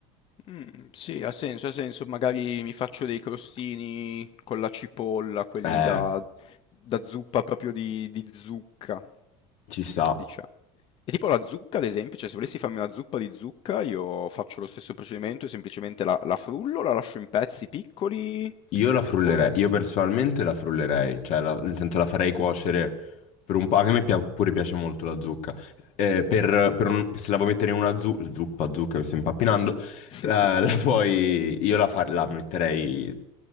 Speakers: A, on the left (about 40°); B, on the left (about 55°).
A: Mm, sì, ha senso, ha senso. Magari mi faccio dei crostini con la cipolla, quelli
B: Eh,
A: da, da zuppa proprio di, di zucca,
B: ci sta.
A: diciamo. E tipo la zucca, ad esempio, cioè se volessi farmi una zuppa di zucca, io faccio lo stesso procedimento e semplicemente la, la frullo, la lascio in pezzi piccoli,
B: Io la frullerei,
A: come...
B: io personalmente la frullerei, cioè la, nel senso la farei cuocere per un po', anche a me pia- pure piace molto la zucca, Eh, per, per un- se la vuoi mettere in una zu- zuppa, zucca, mi sto impappinando,
A: <laughs>
B: la, la puoi, io la, fa- la metterei,